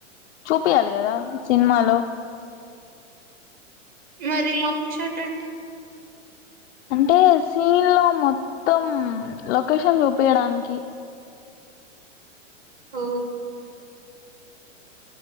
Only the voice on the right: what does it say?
మరి లాంగ్ షర్ట్ అంటే
ఆ